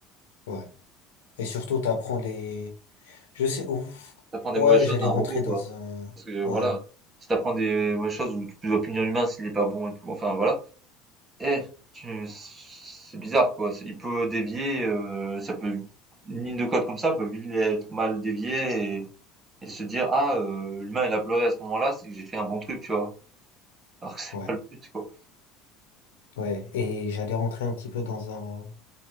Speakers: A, on the left; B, on the right.
A: ouais. Et surtout, t'apprends les, Je sais, ouf.
B: T'apprends des
A: Ouais,
B: mauvaises choses
A: j'allais
B: à un
A: rentrer
B: robot, quoi.
A: dans un,
B: Parce que voilà,
A: ouais,
B: si t'apprends des mauvaises choses où tu dois punir l'humain s'il est pas bon et tout, enfin voilà. Eh, tu... c'est bizarre, quoi. C'est- Il peut dévier, euh, ça peut une ligne de code comme ça peut vite être mal déviée et, et se dire ah euh, l'humain il a pleuré à ce moment-là, c'est que j'ai fait un bon truc, tu vois. Alors que c'est
A: ouais,
B: pas le but, quoi.
A: ouais, et j'allais rentrer un petit peu dans un,